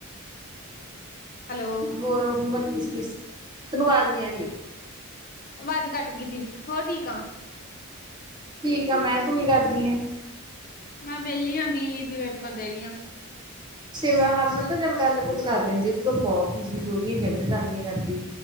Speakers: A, on the left; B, on the right.
A: ਹੈਲੋ
B: ਹੋਰ ਹੁਣ। ਕਿਸ ਕਿਸ ਤਨੂੰ ਅਵਾਜ਼ ਨਹੀਂ ਆ ਰਹੀ।
A: ਅਵਾਜ਼ ਕੱਟ ਗਈ ਸੀ ਹੋਰ ਠੀਕ ਆ।
B: ਠੀਕ ਆ ਮੈਂ ਤੂੰ ਕੀ ਕਰਦੀ ਆ?
A: ਮੈਂ ਵਿਹਲੀ ਹਾਂ ਬੀਹ ਲੀਵ ਦੇ ਪੇਪਰ ਦੇ ਰਹੀ ਹਾਂ।
B: ਸੇਵਾ ਹਰਮਨ ਤਾਂ ਗੱਲ ਗੁਲ ਕਰ ਲੈਂਦੀ । ਉਹ ਤਾਂ ਬਹੁਤ ਬੀਜੀ ਹੋ ਰਹੀ ਆ ਜਮਾ ਗੱਲ ਨੀ ਕਰਦੀ।